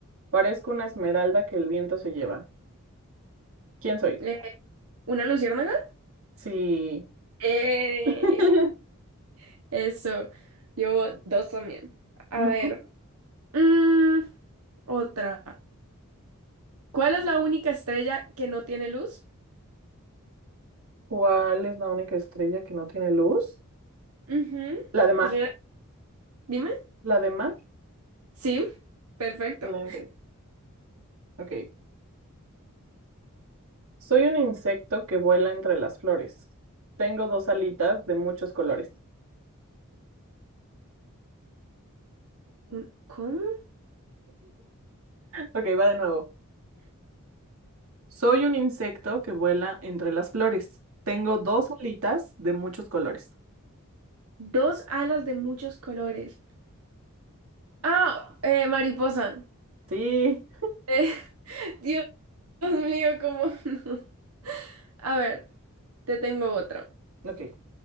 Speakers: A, on the right; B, on the right.
A: Parezco una esmeralda que el viento se lleva. ¿Quién soy?
B: Eh, ¿una luciérnaga?
A: Sí.
B: Eh,
A: <laughs>
B: eso, llevo dos también. A
A: Ujú.
B: ver. Mm, otra. ¿Cuál es la única estrella que no tiene luz?
A: ¿Cuál es la única estrella que no tiene luz?
B: Ujú.
A: La de mar.
B: Es una- Dime.
A: La de mar.
B: Sí, perfecto.
A: Excelente. Ok. Soy un insecto que vuela entre las flores. Tengo dos alitas de muchos colores.
B: Un- ¿Cómo?
A: Ok, va de nuevo. Soy un insecto que vuela entre las flores. Tengo dos alitas de muchos colores.
B: Dos alas de muchos colores. Ah, eh, mariposa.
A: Sí.
B: Eh, <laughs> Dios mío, ¿cómo <laughs> no? A ver, te tengo otra.
A: Ok.